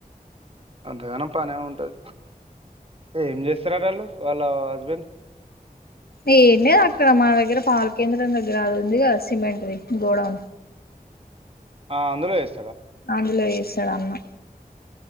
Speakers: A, on the right; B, on the left.
A: అంతగానం పనే ఉంటుది ఏం చేస్తారట వాళ్ళు వాళ్ళ హస్బెండ్
B: ఏం లెద్ అక్కడ మా దగ్గర పాల కేేంద్రం దగ్గర అది ఉంది కదా సిమెంట్ది గోడం
A: ఆ అందులో చెస్
B: అందులో ఎస్ <inaudible>